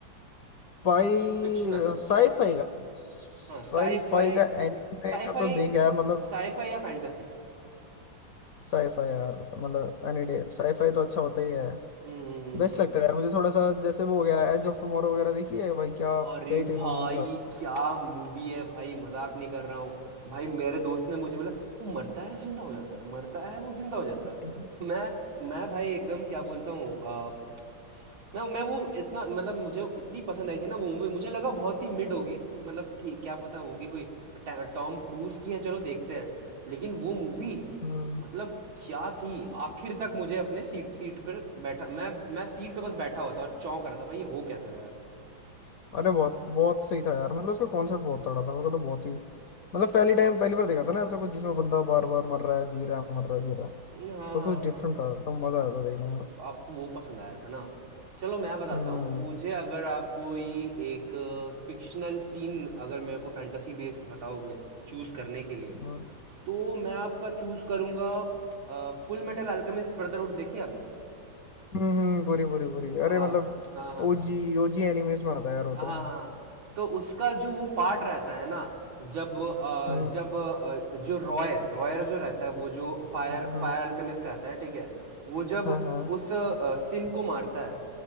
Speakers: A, on the left; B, on the right.
A: भाई
B: फिक्शनल
A: साईफाई का साईफाई
B: हाँ साईफाई
A: का एनिमे
B: साईफाई
A: का तो देख यार मतलब
B: साईफाई या फैंटेसी
A: साईफाई यार मतलब एनी डे साईफाई तो अच्छा होता ही है
B: हम्म हम्म, हम्म,
A: बेस्ट
B: हम्म।
A: लगता है यार मुझे थोड़ा सा जैसे वो हो गया एज ऑफ टुमारो वगैरह देखी है भाई क्या
B: अरे
A: क्या ही टेक्नोलॉजी
B: भाई
A: दिखा
B: क्या मूवी है भाई मजाक नहीं कर रहा हूँ भाई मेरे दोस्त ने मुझे बोला वो मरता है जिंदा हो जाता है मरता है वो जिंदा हो जाता
A: हम्म।
B: है मैं मैं भाई एकदम क्या बोलता हूँ अ, मैं मैं वो इतना मतलब मुझे इतनी पसंद आई थी ना वो मूवी मुझे लगा बहुत ही मिड होगी मतलब ठीक क्या पता होगी कोई टा- टॉम क्रूज की है चलो देखते हैं लेकिन वो मूवी
A: हम्म
B: मतलब क्या थी आखिर तक मुझे अपने सीट सीट पर बैठा मैं मैं सीट पे बस बैठा हुआ था और चौंक रहा था भाई ये हो कैसा रहा है
A: अरे बहुत बहुत सही था यार मतलब उसका कॉन्सेप्ट बहुत तगड़ा था मेरे को तो बहुत ही मतलब पहली टाइम पहली बार देखा था ना ऐसा कुछ जिसमें बंदा बार बार मर रहा है जी रहा है मर रहा है जी रहा है
B: हाँ हाँ,
A: तो
B: हाँ।
A: कुछ डिफरेंट
B: हाँ।
A: था तो मजा आया था देखने में
B: तो आपको वो पसंद आया था ना चलो मैं बताता
A: हम्म
B: हूँ मुझे अगर आप कोई एक फिक्शनल सीन अगर मेरे को फैंटेसी बेस्ड बताओगे चूज़ करने के लिए
A: हम्म
B: तो मैं आपका चूज़ करूँगा फुल मेटल अल्केमिस्ट ब्रदरहुड देखी आपने
A: हम्म, पूरी पूरी पूरी
B: हाँ
A: अरे मतलब
B: हाँ हाँ हाँ
A: ओजी ओजी एनिमेस में आता है यार वो
B: हाँ
A: तो
B: तो उसका जो वो पार्ट रहता है ना जब अ,
A: हम्म
B: जब अ, जो रॉय रॉयर जो रहता है वो जो फायर
A: हम्म
B: फायर अल्केमिस्ट रहता है ठीक है वो जब
A: हाँ हाँ
B: उस अ, सिन को मारता है